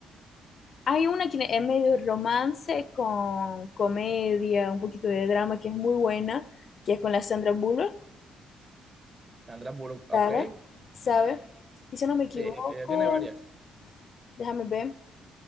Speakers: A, on the left (about 50°); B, on the right (about 25°).
A: Hay una que es medio romance con comedia, un poquito de drama que es muy buena, que es con la Sandra Bullock.
B: Sandra Bullock,
A: Sara,
B: ok. Sí,
A: ¿sabe? Y si no me equivoco,
B: ella, ella tiene varias.
A: déjame ver